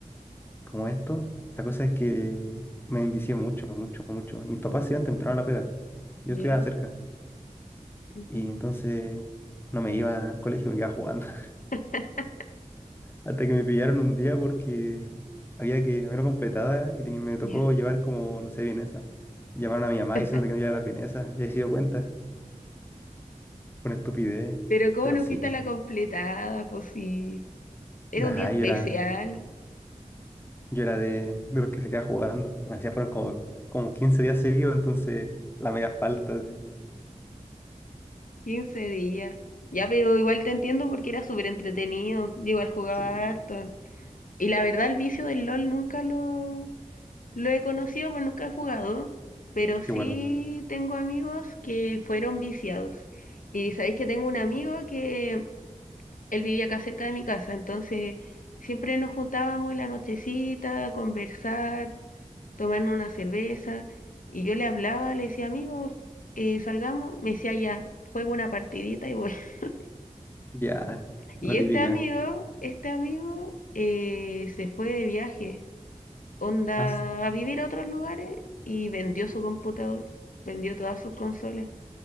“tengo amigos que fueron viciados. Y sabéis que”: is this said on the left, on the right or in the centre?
Left